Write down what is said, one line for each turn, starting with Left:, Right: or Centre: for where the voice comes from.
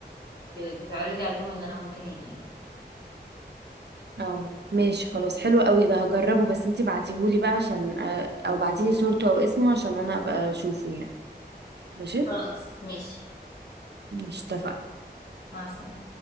Left: ب- بتعرضي عليهم ان انا ممكن اجي يعني
Right: اه ماشي خلاص حلو قوي ده هجربه بس انت بعتيهولي بقى عشان آه، او بعتيلي صورته او اسمه عشان انا ابقى اشوفه يعني ماشي
Left: خلاص ماشي
Right: مش اتفقنا
Left: مع السلامه